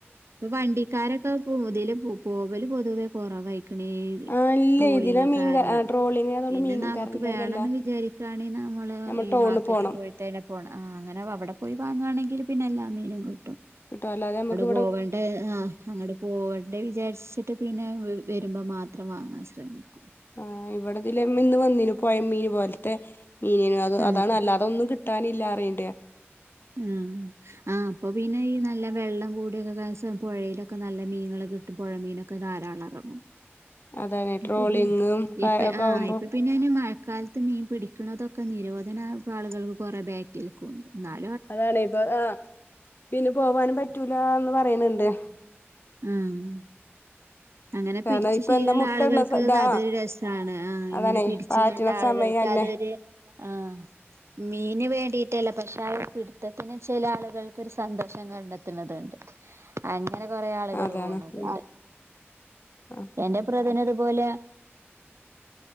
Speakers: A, on the right; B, on the left.
A: ഇപ്പൊ വണ്ടിക്കാരൊക്കെ പോ പോതില് പോതില് പൊതുവെ കുറവായിരിക്കും പിന്നെത്
B: ആഹ് ഇല്ല
A: ട്രോളിങ്
B: ഇതിലെ മീൻ
A: കാരണം
B: ട്രോളിങ് ആയതുകൊണ്ട്
A: പിന്നെ
B: മീൻകാരൻതന്നല്ല
A: നമുക്ക് വേണേന്ന് വിചാരിക്കുകയാണെങ്കിൽ നമ്മള്
B: നമ്മൾ
A: ഈ
B: ടൗണിൽ
A: മാർക്കറ്റ്
B: പോണം
A: പോയിട്ടേന്നെ പോണം അങ്ങനെ അവിടെ പോയി വാങ്ങുയാണെങ്ക പിന്നെല്ലാ മീനും കി
B: കിട്ടും അല്ലാതെ നമുക്ക്
A: പോവണ്ട ആ അങ്ങട്ട് പോവണ്ട വിചാരിച്ചിട്ട് പിന്നെ വേ വരുമ്പോ മാത്രം വാങ്ങാൻ ശ്രമിക്കും
B: ആ ഇവിടെതില് ഇന്ന് വന്നിന് പോയ മീന് പോലത്തെ മീനോ
A: ഉം
B: അതാണ്ല്ല അതൊന്നും കിട്ട് ട്ടാനില്ലാ അറിയീണ്ട
A: ഉം ആഹ് അപ്പൊ പിന്നെ ഈ നല്ല വെള്ളം കൂടിയൊക്കെ ഒരുസം പുഴയിലൊക്കെ ക്കെന്നല്ല മീന കിട്ട് പുഴമീനൊക്കെ ധാരാളം ഇറങ്ങും
B: അതാണ് ട്രോളിങ്ങും
A: ഇപ്പൊ ഇപ്പ
B: ഒക്കെ
A: ആഹ
B: ആവുമ്പോ
A: ഇപ്പൊ പിന്നെന്നെ മഴക്കാലത്ത് മീൻ പിടിക്കുന്നതൊക്കെ നിരോധന പാളുകൾ കുറെ ബാക്കിൽ കൊണ്ട് ന <unintelligible>
B: അതാണ് ഇപ്പൊ ആഹ പിന്നെ പോവാനും പ റ്റൂല എന്ന് പറയണണ്ട്
A: ആഹ അങ്ങനെ
B: കാരണം
A: പിടിച്ചു
B: ഇപ്പൊ
A: ശീലുള്ള
B: എന്താ മുട്ട
A: ആളുകൾക്ക്ത്
B: ഇടണ ഇതാ
A: അതൊരു രസാണ് ആ
B: അതാണേ
A: ഇങ്ങനെ പിടിച്ചു
B: പാറ്റണ
A: കണ്ട ആളുകൾക്ക്
B: സമയല്ലേ
A: അതൊരു ആഹ മീന് വേണ്ടിട്ടല്ല പക്ഷെ ആ പിടുത്തത്തിന് ചില ആളുകൾക്കെരു സന്തോഷം കണ്ടെത്തണതുണ്ട് അയി അങ്ങനെ കൊറെേ ആളുകൾ
B: അതാണ്
A: പോണത്
B: ഉം ആഹ്
A: എന്റെ പ്ര ന് അതുപോലെ